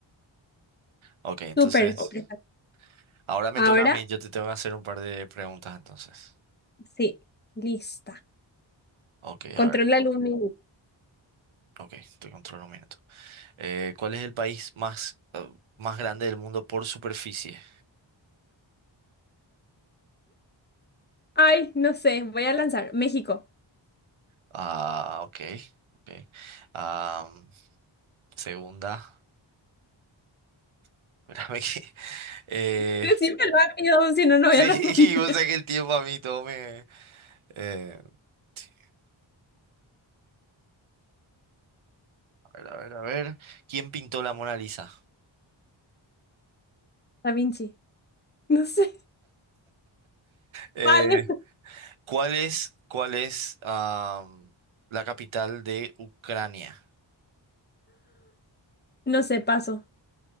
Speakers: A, on the right; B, on the left.
A: Ok, entonces,
B: Súper. Ok.
A: ahora me
B: Ahora
A: toca a mí. Yo te tengo que hacer un par de preguntas, entonces.
B: sí, lista.
A: Ok,
B: Controla
A: a ver.
B: el un minuto.
A: Ok, te controlo un minuto. Eh, ¿cuál es el país más, eh, más grande del mundo por superficie?
B: Ay, no sé, voy a lanzar. México.
A: Ah, ok. ok. Ah, segunda. <laughs> Espérame que. eh,
B: Decime rápido, si no, no
A: sí,
B: voy a
A: <laughs>
B: responder.
A: o sea que el tiempo a mí todo me. eh, sí, a ver, a ver, a ver. ¿Quién pintó la Mona Lisa?
B: <laughs> Da Vinci. No sé.
A: Eh,
B: Vale.
A: ¿cuál es, cuál es am, la capital de Ucrania?
B: No sé, paso.